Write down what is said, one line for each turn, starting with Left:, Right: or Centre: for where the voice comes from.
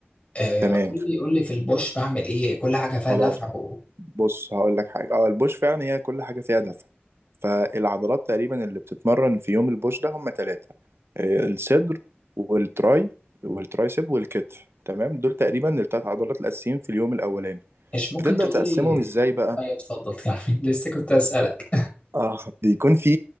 Left: آه
Right: تمام
Left: قول لي قول لي في البوش بعمل ايه كل حاجة فيها
Right: خلاص
Left: دفع و...
Right: بص هقول لك حاجه اه البوش فعلا هي كل حاجه فيها دفع فالعضلات تقريبا اللي بتتمرن في يوم البوش ده هم ثلاثه الصدر والتراي والترايسب والكتف تمام دول تقريبا الثلاث عضلات الاساسيين في اليوم الاولاني
Left: مش ممكن
Right: بتبدا
Left: تقول
Right: تقسمهم
Left: لي
Right: ازاي بقى
Left: ايوه اتفضل كمل <laughs> لسه كنت اسالك
Right: اه بيكون في